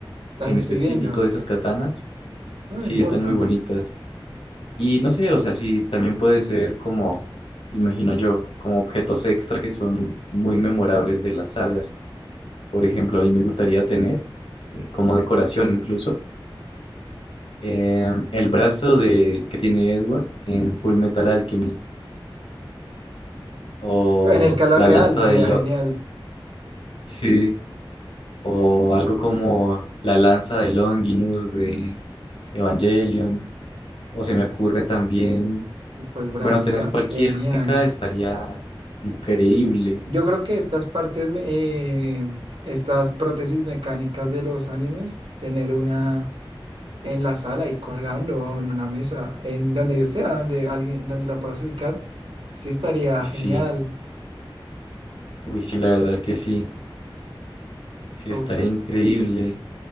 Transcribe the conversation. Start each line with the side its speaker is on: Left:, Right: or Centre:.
Right: las
Left: en
Right: estoy
Left: específico
Right: viendo.
Left: de esas katanas.
Right: No
Left: Sí,
Right: me importa.
Left: están muy bonitas. Y no sé, o sea, sí, también puede ser como, imagino yo, como objetos extra que son muy memorables de las sagas. Por ejemplo, a mí me gustaría tener, eh, como decoración incluso, eh, el brazo de, que tiene Edward en Full Metal Alchemist o
Right: En escala
Left: la
Right: real
Left: lanza
Right: sería
Left: de Lo...
Right: genial.
Left: Sí. o algo como la lanza de Longinus de Evangelion, o se me ocurre también,
Right: Tipo, el brazo
Left: bueno,
Right: está
Left: tener cualquier
Right: genial.
Left: mecha estaría increíble.
Right: Yo creo que estas partes, me- eh, estas prótesis mecánicas de los animes, tener una en la sala y colgando o en una mesa, en donde yo sea, donde alguien, donde la puedas ubicar, sí estaría
Left: Uy,
Right: genial.
Left: sí, uy, sí, la verdad es que sí, sí,
Right: Uf.
Left: estaría increíble.